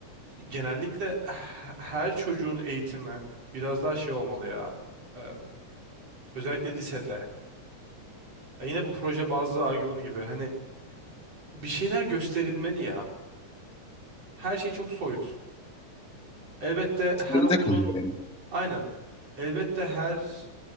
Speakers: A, on the right (about 55°); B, in the centre.
A: genellikle h- her çocuğun eğitimi biraz daha şey olmalı ya. Eee, özellikle lisede. Ya yine bu proje bazlı argümanı gibi. Hani bir şeyler gösterilmeli ya. Her şey çok soyut. Elbette
B: Teoride
A: her okulun
B: kalıyor yani.
A: aynen. Elbette her